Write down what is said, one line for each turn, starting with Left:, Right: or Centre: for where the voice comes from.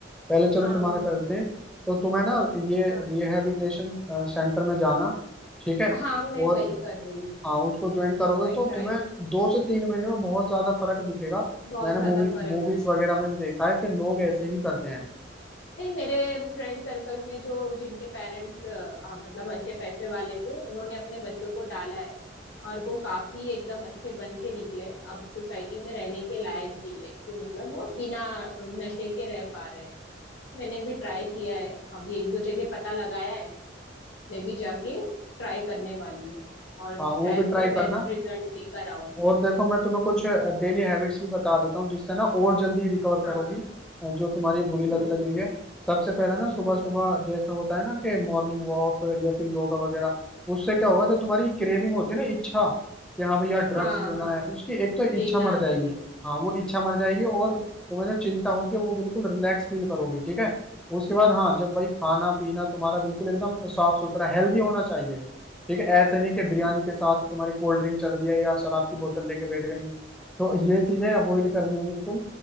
Centre: पहले चलो
Left: हाँ
Centre: तुम्हारा कर देते हैं तो तुम्हें ना ये
Left: हाँ
Centre: रिहेबिलिटेशन सेंटर में जाना ठीक है
Left: हाँ मैं
Centre: और
Left: वही कर रही हूँ
Centre: हाँ उसको ज्वाइन करोगे
Left: वही
Centre: तो
Left: ट्राई
Centre: तुम्हें
Left: कर
Centre: दो से तीन महीने में बहुत ज्यादा फर्क दिखेगा
Left: बहुत
Centre: मैंने
Left: ज्यादा
Centre: मूवी
Left: फर्क
Centre: मूवीज
Left: आएगा
Centre: वगैरह में भी देखा है कि लोग ऐसे ही करते हैं
Left: नहीं मेरे फ्रेंड सर्कल में जो जिनके पेरेंट्स मतलब अच्छे पैसे वाले थे उन्होंने अपने बच्चों को डाला है और वो काफी एकदम अच्छे बन के निकले अब सोसाइटी में रहने के लायक भी है कि मतलब वो बिना नशे के रह पा रहे हैं मैंने भी ट्राई किया है अभी एक दो जगह पता लगाया है मैंने मैं भी जाके ट्राई करने वाली हूँ और
Centre: हाँ
Left: शायद
Centre: वो भी
Left: से
Centre: ट्राई
Left: बेस्ट
Centre: करना
Left: रिजल्ट लेकर आऊं मैं
Centre: और देखो मैं तुम्हें कुछ डेली हैबिट्स भी बता देता हूँ जिससे ना और जल्दी रिकवर
Left: हाँ
Centre: करोगी अ, जो तुम्हारी बुरी लत
Left: हम्म
Centre: लग रही है सबसे पहले ना सुबह
Left: हम्म
Centre: सुबह जैसा होता है ना कि मॉर्निंग वॉक या फिर योगा वगैरह उससे क्या होगा जो तुम्हारी क्रेविंग होती है ना इच्छा कि हाँ भैया ड्रग्स
Left: हाँ
Centre: लेना
Left: हाँ
Centre: है उसकी एक तो
Left: लेना
Centre: इच्छा मर
Left: है
Centre: जाएगी
Left: लेना
Centre: हाँ वो इच्छा मर जाएगी और
Left: ओके
Centre: तुम्हें जो चिंता होती है वो बिल्कुल रिलैक्स फील करोगी ठीक है उसके बाद हाँ जब भाई खाना पीना तुम्हारा बिल्कुल एकदम साफ सुथरा हेल्दी होना चाहिए ठीक है ऐसे नहीं कि
Left: हम्म
Centre: बिरयानी के साथ तुम्हारी कोल्ड ड्रिंक चल रही है या शराब की बोतल लेके बैठ गई तो ये चीजें
Left: हम्म,
Centre: अवॉइड करनी है बिल्कुल